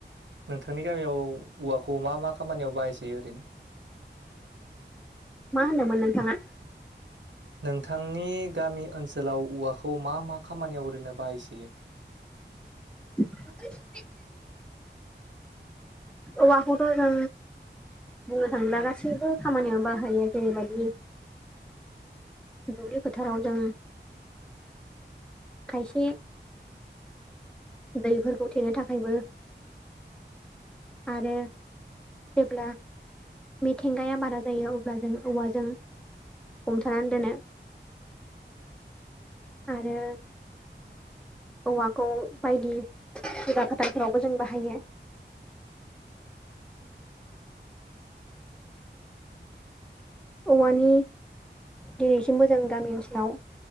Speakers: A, on the right; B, in the centre.
A: नोंथांनि गामियाव औवाखौ मा मा खामानियाव बाहायसै ओरैनो?
B: मा होनोमोन नोंथाङा?
A: नोंथांनि गामि ओनसोलाव औवाखौ मा मा खामानियाव ओरै नो बाहायसोयो?
B: <unintelligible> औवाखैथ' जों बुंनो थाङोब्ला गासैबो खामानियावनो बाहायो जेरै'बायाददि दुबि फथाराव जों खायसे दैफोरखौ थेनो थाखायबो आरो। जेब्ला मिथिंगाया बारा जायो। अब्ला जों औवाजों हमथानानै दोनो आरो। औवाखौ बायदि जुगा फोथारफोरावबो जों बाहायो। <inaudible> औवानि दिनैसिम मोजां गामि ओनसोलाव